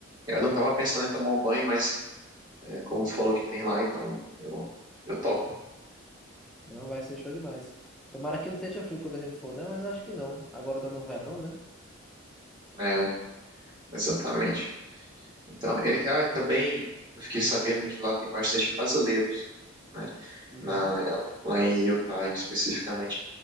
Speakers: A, on the right; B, in the centre.
A: Eu não tava pensando em tomar um banho, mas é, como tu falou que tem lá, então eu, eu topo.
B: Não, vai ser show demais. Tomara que não esteja frio quando a gente for, né? Mas acho que não. Agora tá no verão, né?
A: né? exatamente. Então, e, ah, e ah, também eu fiquei sabendo que lá tem bastante brasileiros, né?
B: Uhum.
A: Na, lá em Utah especificamente.